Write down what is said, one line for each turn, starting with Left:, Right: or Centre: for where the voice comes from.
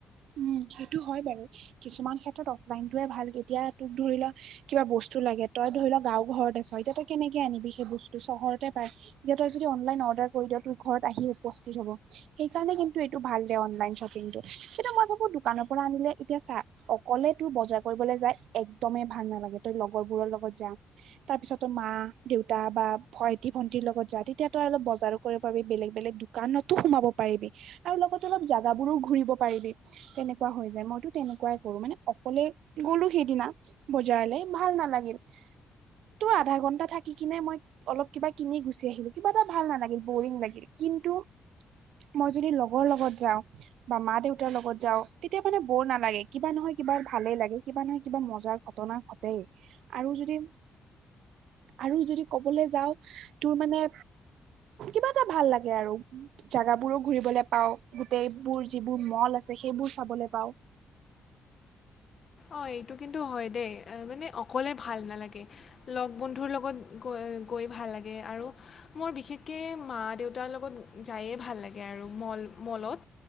Right: উম সেইটো হয় বাৰু কিছুমান ক্ষেত্ৰত অফলাইন োৱে ভাল কেতিয়া তোক ধৰি ল কিবা বস্তু লাগে তই ধৰি ল গাঁও ঘৰতে চ এতিয়া তই কেনেকে আনিবি সেই বস্তু চহৰতে পাই এতি তই যদি অনলাইন অৰ্ডাৰ কৰি দ তোৰ ঘৰত আহি উপস্থিত হব সেইকাৰণে কিন্তু ভাল দে অনলাইন শ্বপিংটো কিন্তু মই ভাবো দোকানৰ পৰা আনিলে এতিয়া চা অকলে তোৰ বজাৰ কৰিবলৈ যাই একদমেই ভাল নালাগে তই লগৰবোৰৰ লগত যাম তাৰ পিছতো মা দেউতা বা ভাইটি ভন্টিৰ লগত যোৱা তেতিয়া তই অলপ বজাৰো কৰিব পি বেলেগ বেলেগ দানতো সোমাব পাৰিবি আৰু লগতে অলপ জাগাবোৰো ঘূৰিব পিবি তেনেকুৱা হৈ যায় মইতো তেনেকুৱাই কৰো মানে অকলে গলো সেইদিনা বজাইলে ভাল নালাগিল তোৰ আধা ঘন্টা থাকি কিনে মই অলপ কিবা কিনি গুচি আহিলো কিবা এটা ভাল নালাগিল বৰিং লাগিল কিন্তু মই যদি লগৰ লগত যাওঁ বা মা দেউত দেউতাৰ লগত যাওঁ তেতিয়া মানে বৰ নালাগে কিবা নহয় কিবা ভালেই লাগে কিবা নহয় কিবা মজাৰ ঘটনা ঘটেই আৰু যদি আৰু যদি কবলৈ যাও তোৰ মানে কিবা এটা ভাল লাগে আৰু জাগাবোৰো ঘুৰিবলে পাও গোটেইবোৰ যিবোৰ মল আছে সেইবোৰ চাবলৈ পাওঁ
Left: অ এইটো কিন্তু হয় দেই মানে অকলে ভাল নালাগে লগ বন্ধুৰ লগত গৈ গৈ ভাল লাগে আৰু মোৰ বিশেষকৈ মা দেউতাৰ লগত যায়ে ভাল লাগে আৰু মল মলত